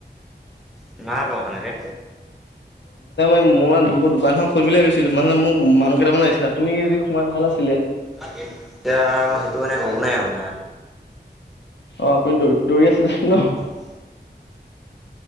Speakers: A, in the centre; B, on the left.
A: <unintelligible> না বাউ সেনেকে
B: এই মো মানে দো দোকানখন খুলিম ভাবিছিলো মানে মোক মানুহ কেইটামান আহিছিলে আপুনি যদি সোমাই ভাল আছিলে
A: এতিয়া সেইটো মানে হ'ব নাই আপোনাৰ।
B: অ' আপুনি দৌৰি দৌৰি আছিলে ন?
A: অ'।